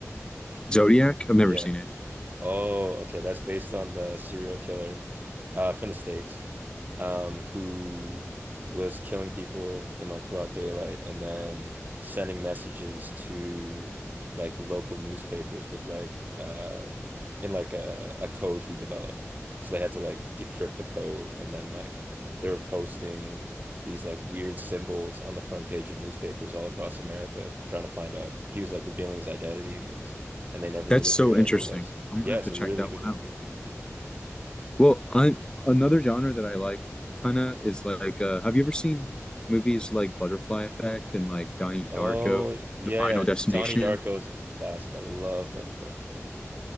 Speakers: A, on the left (about 15°); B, on the right (about 35°).
A: Zodiac, I've never
B: Yeah.
A: seen it.
B: Oh, okay. That's based on the serial killer uh, from the States um, who was killing people in like broad daylight and then sending messages to like local newspapers with like um, in like a, a code he developed. So they had to like decrypt the code and then like they were posting these like weird symbols on the front page of newspapers all across America trying to find out. He was like revealing his identity in these and they never
A: That's
B: really
A: so
B: figured
A: interesting.
B: out who it was.
A: I'm
B: Yeah,
A: gonna have
B: it's
A: to
B: a
A: check
B: really
A: that
B: good
A: one
B: movie.
A: out. Well, I, another genre that I like kind of is like, uh, have you ever seen movies like Butterfly Effect and like Donnie Darko,
B: Oh, yeah.
A: The Final Destination?
B: Donnie Darko is a classic. I love Donnie Darko.